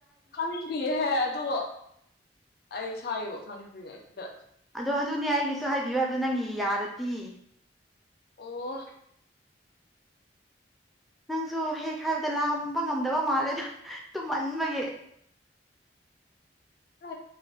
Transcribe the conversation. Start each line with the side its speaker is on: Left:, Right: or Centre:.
Left: ꯈꯪꯗ꯭ꯔꯤꯌꯦꯍꯦ ꯑꯗꯣ ꯑꯩ ꯏꯁꯒꯤꯕ ꯈꯪꯗ꯭ꯔꯤꯉꯩ ꯁꯤꯗ
Centre: ꯑꯗꯣ ꯑꯗꯨꯅꯦ ꯑꯩꯒꯤꯁꯨ ꯍꯥꯏꯕꯤꯌꯨ ꯍꯥꯏꯕꯗꯣ ꯅꯪꯒꯤ ꯌꯥꯔꯗꯤ
Left: ꯑꯣ
Centre: ꯅꯪꯁꯨ ꯍꯦꯛ ꯍꯥꯏꯕꯗ ꯂꯥꯝꯕ ꯉꯝꯗꯕ ꯃꯥꯜꯂꯦꯗ ꯇꯨꯝꯍꯟꯕꯒꯤ
Left: ꯍ